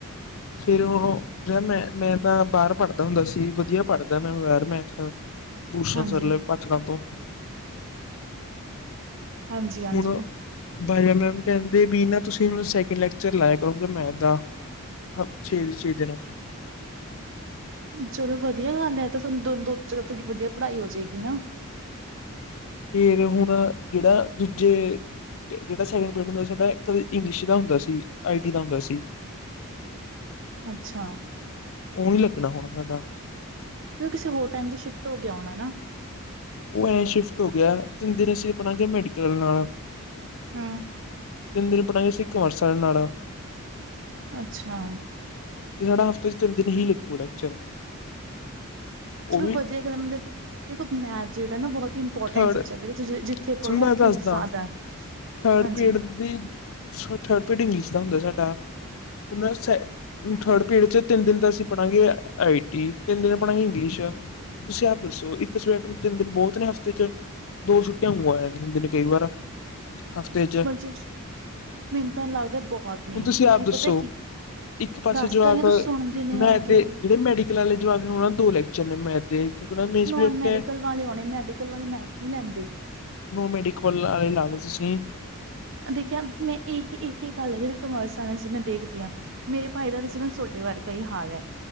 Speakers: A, on the left (about 60°); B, on the right (about 55°).
A: ਫਿਰ ਓਹ ਜ ਮੈਂ, ਮੈਂ ਤਾਂ ਬਾਹਰ ਪੜ੍ਹਦਾ ਹੁੰਦਾ ਸੀ, ਵਧੀਆ ਪੜ੍ਹਦਾ ਮੈਂ ਬਾਹਰ ਮੈਥ। ਭੂਸ਼ਣ
B: ਹਾਂਜੀ
A: ਸਰਲੇ ਪਾਥਕਾਮ ਤੋਂ।
B: ਹਾਂਜੀ ਹਾਂਜੀ
A: ਹੁਣ, ਡਾਹੀ ਐਮ ਐਮ ਕਿਹਦੇ ਬੀ ਨਾ, ਤੁਸੀਂ ਹੁਣ ਸੈਕਿੰਡ ਲੈਕਚਰ ਲਾਇਆ ਕਰੋਗੇ ਮੈਥ ਦਾ। ਹਾ ਛੇ, ਛੇ ਦਿਨ।
B: ਚਲੋ, ਵਧੀਆ ਗੱਲ ਐ, ਤਾਂ ਸਾਨੂੰ ਦੋ, ਦੋ ਤੇਰੇ ਹੱਥੋਂ ਕੀ ਵਧੀਆ ਪੜ੍ਹਾਈ ਹੋਜੇ ਗੀ ਨਾਂ।
A: ਫੇਰ ਹੁਣ ਜਿਹੜਾ ਆਂ ਦੂਜੇ ਜਿਹੜਾ ਸੈਡੇ ਪਿੰਡ ਦਾ ਸੂਬਾ ਏ ਤੇ ਔਦੇ ਇੰਗਲਿਸ਼ ਦਾ ਹੁੰਦਾ ਸੀ, ਆਈ ਟੀ ਦਾ ਹੁੰਦਾ ਸੀ।
B: ਅੱਛਾ।
A: ਉਹ ਨੀ ਲੱਗਣਾ ਹੋਣਾ ਸਾਡਾ।
B: ਫਿਰ ਉਹ ਕਿਸੇ ਹੋਰ ਟਾਈਮ ਤੇ ਸ਼ਿਫਟ ਹੋ ਗਿਆ ਹੋਣਾ ਨਾ।
A: ਉਹ ਐਂ ਸ਼ਿਫਟ ਹੋ ਗਿਆ ਤਿੰਨ ਦਿਨ ਅਸੀਂ ਬਣਾਗੇ ਮੈਡੀਕਲ ਆਲਿਆ ਨਾਲ,
B: ਹਮ <inaudible>
A: ਤਿੰਨ ਦਿਨ ਪੜ੍ਹਾ ਗੇ ਅਸੀਂ ਕਮਰਸ ਆਲਿਆ ਨਾਲ,
B: ਅੱਛਾ।
A: ਤੇ ਸਾਡਾ ਹਫ਼ਤੇ ਚ ਤਿੰਨ ਦਿਨ ਹੀ ਲਗੂ ਲੈਕਚਰ, ਉਹ
B: ਚਲੋ
A: ਵੀ
B: ਵਧੀਆ ਗੱਲ ਆ। ਦੇਖੋ ਮੈਥ ਜਿਹੜਾ ਨਾ ਬਹੁਤ ਹੀ ਇੰਪੋਰਟੈਂਟ
A: ਥਰਡ
B: ਸਬਜੈਕਟ ਹੈ ਤੁਸੀਂ ਜਿੱਥੇ ਪੜ੍ਹੋ
A: ਸੁਣ ਮੈਂ
B: ਉੱਥੇ
A: ਦੱਸਦਾ
B: ਹੀ ਜ਼ਿਆਦਾ
A: ਥਰਡ
B: ਹਾਂਜੀ
A: ਪੇਡ ਦੀ ਥਰਡ ਪੇਡ ਇੰਗਲਿਸ਼ ਦਾ ਹੁੰਦਾ ਸਾਡਾ, ਹੁਣ ਸ ਥਰਡ ਪੀਰੀਅਡ ਚ, ਤਿੰਨ ਦਿਨ ਤਾਂ ਅਸੀਂ ਪੜਾਂਗੇ ਆਈ ਟੀ ਤਿੰਨ ਦਿਨ ਪੜਾਂਗੇ ਇੰਗਲਿਸ਼ ਤੁਸੀਂ ਆਪ ਦੱਸੋ ਇੱਕ ਸਵੈਜਕਟ ਤਿੰਨ ਦਿਨ ਬਹੁਤ ਨੇ ਹਫ਼ਤੇ ਚ? ਦੋ ਛੁੱਟੀਆਂ ਉ ਆ ਜਾਂਦੀਆ ਕਈ ਵਾਰ, ਹਫ਼ਤੇ ਚ,
B: ਬਜਟ ਮੈਨੂੰ ਤਾ ਲੱਗਦਾ ਬਹੁਤ ਨੇ
A: ਹੁਣ ਤੁਸੀਂ
B: ਕਿਉਂਕਿ
A: ਆਪ ਦੱਸੋ
B: ਪਤਾ ਕੀ
A: ਇੱਕ ਪਾਸੇ
B: ਦੱਸ
A: ਜਵਾਕ
B: ਤਾ ਰਹੀ ਆ ਤੁਸੀਂ ਸੁਣਦੇ ਨੀ
A: ਮੈਥ
B: ਹੈਗੇ।
A: ਦੇ ਜਿਹੜੇ ਮੈਡੀਕਲ ਵਾਲੇ ਜਵਾਬ ਨੇ ਉਹਨਾਂ ਦੋ ਲੈਕਚਰ ਨੇ ਮੈਥ ਦੇ। ਕਿਉਂਕਿ ਉਹਨਾਂ ਮੇਨ ਸਬਜੈਕਟ
B: ਨੋਨ ਮੈਡੀਕਲ
A: ਹੈ
B: ਵਾਲੇ ਆਉਣੇ ਮੈਡੀਕਲ ਵਾਲੇ ਮੈਥ ਨੀ ਲੈਂਦੇ,
A: ਨੋਨ ਮੈਡੀਕਲ ਵਾਲੇ ਲਾਗੇ ਤੁਸੀਂ,
B: ਦੇਖਿਆ ਮੈਂ ਇਹ ਇਹਹੀ ਗੱਲ ਹੈ ਜਿਹੜੇ ਕਮਰਸ ਮੈਂ ਦੇਖਦੀ ਹਾਂ, ਮੇਰੇ ਭਾਈ ਦਾ ਵਿੱਚ ਮੈਂ ਤੁਹਾਡੇ ਵਰਗਾ ਈ ਹਾਲ ਹੈ